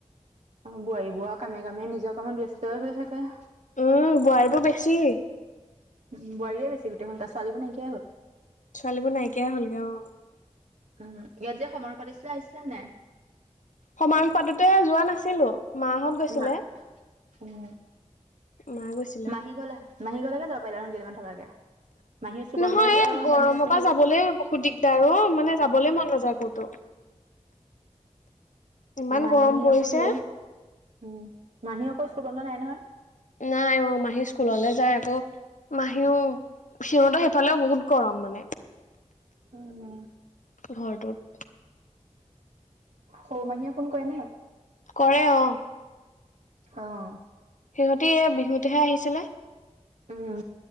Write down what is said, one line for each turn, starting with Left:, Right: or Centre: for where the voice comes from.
Right: বোৱাৰী বোৱাৰ কামে কামে নিজৰ কামত ব্যস্তয় হৈ থাকে।
Left: উম' বোৱাৰী বোৰ বেছি।
Right: উম' বোৱাৰীয়ে বেছি গোটেই খন ছোৱালীবোৰ নাইকিয়াই হ'ল।
Left: ছোৱালীবোৰ নাইকিয়াই হ'লগে অঁ'।
Right: উম' ইয়াত যে সমাৰুহ পাতিছিলে আহিছিলা নে নাই।
Left: সমাৰুহ পাতোতে যোৱা নাছিলোঁ। মাহঁত, গৈছিলে
Right: মাহ উম
Left: মা গৈছিলে
Right: মাহি ঘলে- মাহী ঘলেকে যাব পাৰিলা হয় কেইদিনমান থকাকে। মাহী স্কুল
Left: নহয়
Right: বন্ধই দিয়ে
Left: এই
Right: অ
Left: গৰম
Right: মাহী আকৌ
Left: পা
Right: হেৰি
Left: যাবলেই বহুত দিগদাৰ। ডাৰ, মানে যাবলেই মন নাযায় কতো। ইমান
Right: মাহী
Left: গৰম পৰিছে
Right: আকৌ' হেই উম মাহী আকৌ স্কুল বন্ধ নাই নহয়।
Left: নাই অ' মাহী স্কুললে যায় আকৌ'। মাহীও সিহঁত সেইফালেও বহুত গৰম মানে।
Right: উম'
Left: ঘৰটোত।
Right: সৰু মাহীয়ে ফোন কৰে নে নাই।
Left: কৰে অঁ।
Right: অঁ'
Left: সিহঁতি এ বিহুতেহে আহিছিলে।
Right: উম